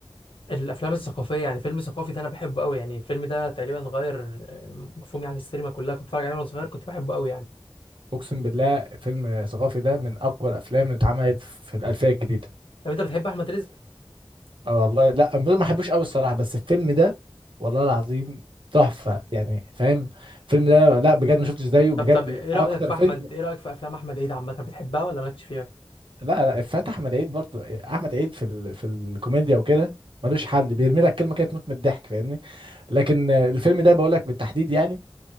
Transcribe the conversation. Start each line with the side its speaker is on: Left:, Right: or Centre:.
Left: الافلام الثقافيه يعني فيلم ثقافي ده انا بحبه قوي يعني الفيلم ده تقريبا غير آه، مفهومي عن السينما كلها كنت بتفرج عليه وانا صغير كنت بحبه قوي يعني
Right: اقسم بالله فيلم ثقافي ده من اقوى الافلام اللي اتعملت في الالفيه الجديده
Left: طب انت بتحب احمد رزق
Right: آه والله لا أنا ما بحبوش قوي الصراحه بس الفيلم ده والله العظيم تحفه يعني فاهم الفيلم ده لا بجد ما شفتش زيه بجد
Left: طب طب ايه رايك
Right: اكتر
Left: في
Right: فيلم
Left: احمد ايه رايك في افلام احمد عيد عامه بتحبها ولا مالكش فيها
Right: لا لا افات احمد عيد برضو احمد عيد في ال... في الكوميديا وكده ملوش حل بيرمي لك كلمه كده تموت من الضحك فاهمني لكن آه، الفيلم ده بقول لك بالتحديد يعني